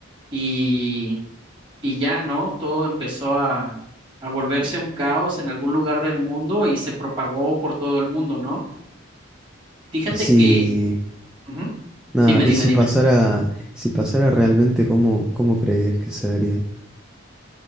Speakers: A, on the right; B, in the centre.
A: y, y ya, ¿no? Todo empezó a, a volverse un caos en algún lugar del mundo y se propagó por todo el mundo, ¿no? Fíjate
B: Y si
A: que... Ujú,
B: Nada,
A: Dime, dime,
B: y si
A: dime.
B: pasara, si pasara realmente, ¿cómo, cómo crees que se daría?